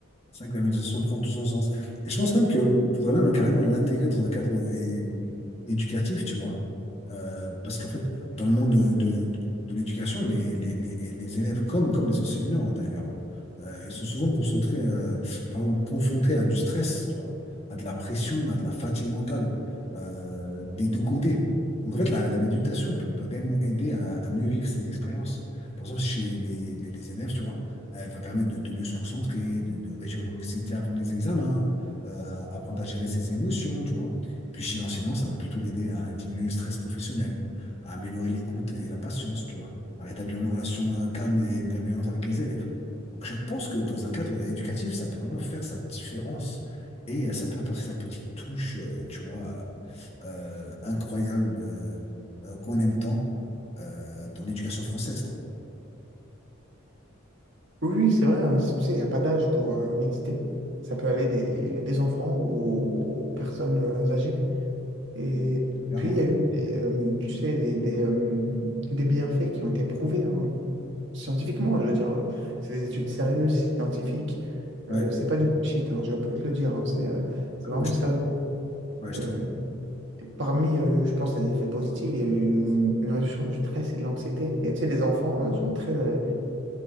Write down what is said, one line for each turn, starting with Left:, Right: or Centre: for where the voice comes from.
Left: C'est vrai que la méditation prend tout son sens. Et je pense même que faudrait même carrément l'intégrer dans un cadre é- éducatif, tu vois. Euh, parce qu'en fait, dans le monde de, de- de l'éducation, les, les, les, les élèves, comme, comme les enseignants hein, d'ailleurs, hein, euh, ils sont souvent concentrés, euh, pardon, confrontés à du stress, tu vois, à de la pression, à de la fatigue mentale, euh, des deux côtés. Donc en fait, la, la méditation peut, peut réellement aider à, à mieux vivre ces expériences. Par exemple, chez les, les les élèves, tu vois. Euh, va permettre de, de mieux se concentrer, de, de réduire l'anxiété avant les examens, euh, apprendre à gérer ses émotions, tu vois. Puis chez l'enchaînant, ça va plutôt l'aider à diminuer le stress professionnel, à améliorer l'écoute et la patience, tu vois, à rétablir une relation euh, calme et bienveillante avec les élèves. Donc je pense que dans un cadre éducatif, ça peut vraiment faire sa différence et euh, ça peut apporter sa petite touche, euh, tu vois, euh, incroyable euh, euh, qu'on aime tant euh, dans l'éducation française, quoi.
Right: Oui, oui, c'est vrai, hein, tu sais, il n'y a pas d'âge pour euh, méditer. Ça peut aller des, des enfants aux, aux personnes euh, âgées. Et
Left: Clairement.
Right: puis, il y a eu des, euh, tu sais, des, des, euh, des bienfaits qui ont été prouvés hein, Scientifiquement, je veux dire, euh, c'est des études sérieuses, scientifiques.
Left: Ouais,
Right: Euh, c'est pas du bullshit, hein, je peux te le dire. hein, c'est euh, c'est vraiment
Left: Ouais, je
Right: sérieux.
Left: ouais, je
Right: Euh, et parmi, euh, je pense, les effets positifs, il y a eu une, une réduction du stress et de l'anxiété. Et tu sais, les enfants euh, sont très, euh,